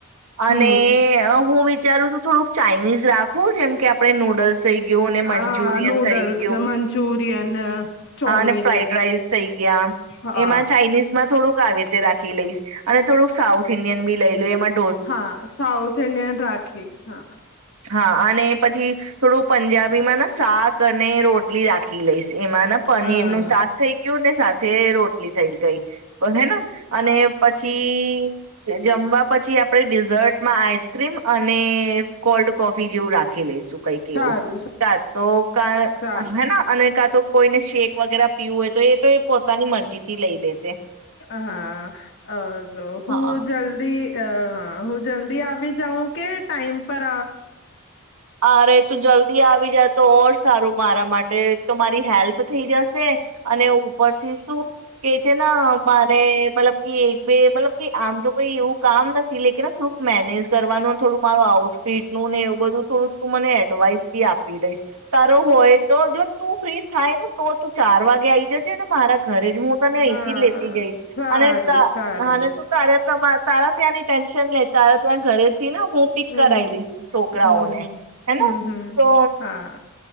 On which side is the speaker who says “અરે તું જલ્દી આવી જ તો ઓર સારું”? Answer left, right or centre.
Right